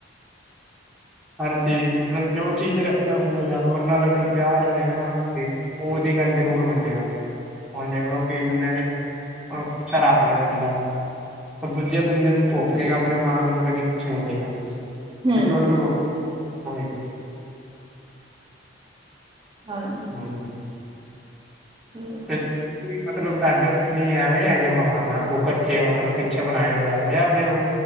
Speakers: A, in the centre; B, on the right.
A: ਹਰ ਚੀਜ਼ ਮਤਲਬ ਜੋ ਚੀਜ਼ ਰੱਖਦਾ ਜਾ ਬੰਦਾ ਜਾਨਵਰ ਨਾਲ ਅਗਰ ਪਿਆਰ ਕਰੇਗਾ ਨਾ ਉਹ ਉਹਦੀ ਗੱਲ ਜ਼ਰੂਰ ਮੰਨੇਗਾ ਹੁਣ ਦੇਖਲੋ ਕਈ ਬੰਦਿਆਂ ਨੇ ਹੁਣ ਕੁੱਤਾ ਰੱਖ ਲੇ ਬੰਦਾ ਉਹ ਦੂਜੇ ਬੰਦੇ ਨੂੰ ਭੋਕੇਗਾ ਆਪਣੇ ਮਾਲਕ ਨੂੰ ਕਦੀ ਕੁਛ ਨੀ ਕਹੇਗਾ ਕਿਉਂਕਿ
B: ਹੂੰ
A: ਉਹਨੂੰ ਰੋ <unintelligible>
B: ਹਾਂ
A: ਨਾਲ ਜੀ
B: ਹੈ
A: ਫੇਰ ਮਤਲਬ ਤੁਹਾਡੇ ਉੱਥੇ ਵੀ ਐਵੇਂ ਹੈਗੇ ਮਕਾਨ ਅੱਗੋ ਕੱਚੇ ਮਤਲਬ ਪਿੱਛੇ ਬਣਾਏ ਹੋਏ ਆ ਜਾਂ ਫਿਰ